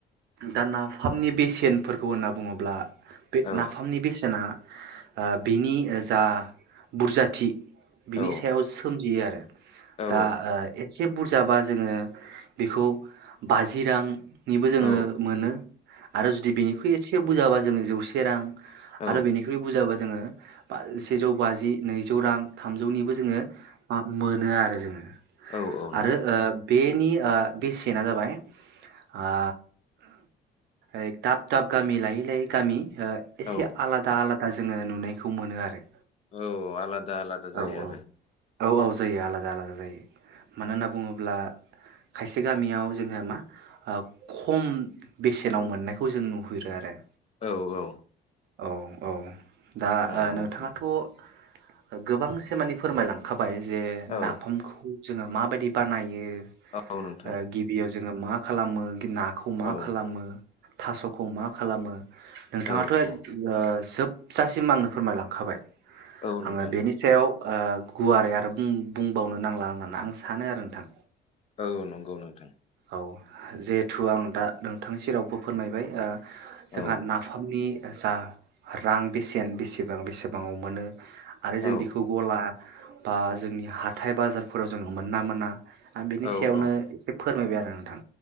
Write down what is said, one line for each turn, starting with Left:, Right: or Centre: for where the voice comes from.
Right: दा नाफामनि बेसेनफोरखौ होनना बुङोब्ला बे
Left: औ
Right: नाफामनि बेसेना ओ बिनि जा बुरजाथि बिनि
Left: औ
Right: सायाव सोम जियो आरो।
Left: औ
Right: दा ओ ए से बुरजाबा जोङो बेखौ बाजि रां, निबो जोङो
Left: औ
Right: मोनो आरो जुदि बेनि एसे बुरजाबा जोङो जौसे रां,
Left: औ
Right: आरो बेनिख्रुइ बुजाबा जोङो बा सेजौ बाजि नैजौ रां थामजौनिबो जोङो मा मोनो आरो जोङो
Left: औ औ नोंथां
Right: आरो ओ बे नि ओ बेसेना जाबाय ओ ऐ दाब दाब गामि लायै लायै गामि ओ एसे
Left: औ
Right: आलादा आला दा जोङो नुनायखौ मोनो आरो।
Left: औ आला दा आलादा
Right: औ
Left: जायो
Right: औ
Left: आरो।
Right: औ औ जायो आला दा आलादा जायो। मानोना बुङोब्ला खायसे गामियाव जोङो मा ओ खम बेसेनाव मोननायखौ जों नुहुरो आरो।
Left: औ औ।
Right: औ औ। दा
Left: औ
Right: ओ
Left: औ
Right: नोंथाङाथ'
Left: नोंथां
Right: गोबांसे मानि फोरमायलांखा बाय जे
Left: औ
Right: नाफामखौ जोङो माबायदि बानायो?
Left: औ नोंथां।
Right: ओ गिबियाव जोङो मा खालामो गिना खौ मा
Left: औ
Right: खालामो? थासखौ मा खालामो? नोंथाङाथ'
Left: औ
Right: एक
Left: औ
Right: ओ जोबजासिम आंनो फोरमायलांखाबाय।
Left: औ
Right: आङो
Left: नोंथां
Right: बेनि सायाव ओ गुवारै आरो बुं बुंबावनो नांला आंङोना आं सानो आरो नोंथां।
Left: औ नंगौ नोंथां।
Right: औ जिहेथु आं दा नोंथांनि सेरावबो फोरमायबाय ओ जोंहा
Left: औ
Right: नाफामनि जा रां बेसेन बेसेबां बेसेबाङाव मोनो आरो जों
Left: औ
Right: बेखौ गला बा जोंनि हाथाय बाजारफोराव जोङो मोना मोना आं बिनि
Left: औ
Right: सायावनो
Left: औ
Right: एसे फोरमायबाय आरो नोंथां।